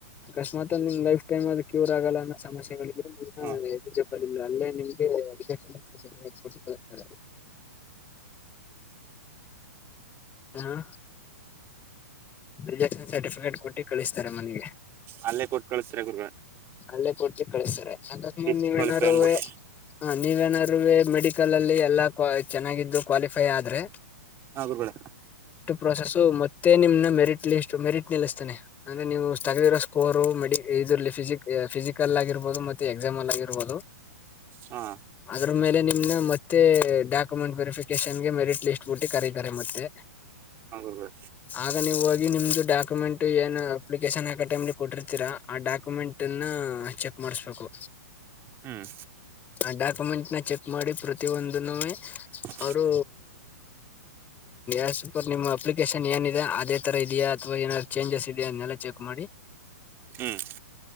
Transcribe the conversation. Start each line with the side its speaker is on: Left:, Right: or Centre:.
Left: ಅಕಸ್ಮಾತ್ ನಿಮ್ ಲೈಫ್ ಟೈಮ್ ಅದು ಕ್ಯೂರ್ ಆಗಲ್ಲ ಅನ್ನೋ ಸಮಸ್ಯೆಗಳಿದ್ರೆ ನಮ್ಮಜಪಿಲ್ಲ
Right: ಹಾ
Left: ಅಲ್ಲೇ ನಿಮ್ಗೆ ನಿಮ್ ಹೆಲ್ತ್ ಬಗ್ಗೆ ಇರುತ್ತೆ ಹಾ ರಿಜೆಕ್ಷನ್ ಸರ್ಟಿಫಿಕೇಟ್ ಕೊಟ್ಟಿ ಕಳಿಸ್ತಾರೆ ಮನೆಗೆ
Right: ಅಲ್ಲೇ ಕೊಟ್ಕಕಳಸ್ತಾರ ಗುರುಗಳೇ
Left: ಅಲ್ಲೇ ಕೊಟ್ಟ ಕಳಸ್ತಾರೆ ಅಕಸ್ಮಾತ
Right: ಡಿಸ್ಕ್ವಾಲಿಫೈ
Left: ನೀವೇನಾರುವೆ
Right: ಅನ್ಬಿಟ್ಟು
Left: ಹ ನೀವೇನಾರ ಮೆಡಿಕಲ್ ಅಲ್ಲಿ ಎಲ್ಲಾ ಕ್ವಾ ಚೆನ್ನಾಗಿದ್ದು ಕ್ವಾಲಿಫೈ ಆದ್ರೆ
Right: ಹ ಗುರುಗಳೇ
Left: ಪ್ರೊಸೆಸ್ ಮತ್ತೆ ನಿಮ್ನ ಮೆರಿಟ್ ಲಿಸ್ಟ ಮೆರಿಟ್ ನಿಲ್ಲಿಸತಾನೆ ಅಂದ್ರೆ ನೀವು ತಗದಿರೋ ಸ್ಕೋರು ಮೆ ಇದ್ರಲ್ಲಿ ಫಿಸಿಕ್ ಫಿಸಿಕಲ್ ಆಗಿರ್ಬಹದು ಮತ್ತೆ ಎಕ್ಸಾಮ್ ಅಲ್ಲಿ ಆಗಿರ್ಬಹದು
Right: ಹಾ
Left: ಅದ್ರ ಮೇಲೆ ನಿಮ್ನ ಮತ್ತೆ ಡಾಕ್ಯುಮೆಂಟ್ ವೆರಿಫಿಕೇಶನ್ಗೆ ಮೆರಿಟ್ ಲಿಸ್ಟ್ ಬುಟ್ಟಿ ಕರೀತಾರೆ ಮತ್ತೆ
Right: ಹೌದಾ
Left: ಆಗ ನೀವು ಹೋಗಿನಿಮ್ದು ಡಾಕ್ಯುಮೆಂಟ್ ಏನು ಅಪ್ಲಿಕೇಶನ್ ಹಾಕೋ ಟೈಮಲ್ಲಿ ಕೊಟ್ಟಿರ್ತೀರ ಆ ಡಾಕ್ಯುಮೆಂಟ್ನ ನಾ ಚೆಕ್ ಮಾಡಸಬೇಕು
Right: ಹ್ಮ್
Left: ಆ ಡಾಕ್ಯುಮೆಂಟ್ನ ಚೆಕ್ ಮಾಡಿ ಪ್ರತಿ ಒಂದನ್ನುವೆ
Right: <inaudible>
Left: ಅವರು ಆಸ್ ಪರ್ ನಿಮ್ಮ ಅಪ್ಲಿಕೇಶನ್ ಏನಿದೆ ಅದೇ ತರ ಇದಿಯಾ ಅಥವಾ ಏನಾದ್ರು ಚೇಂಜಸ್ ಇದಿಯಾ ಅದನ್ನೆಲ್ಲ ಚೆಕ್ ಮಾಡಿ
Right: ಹ್ಮ್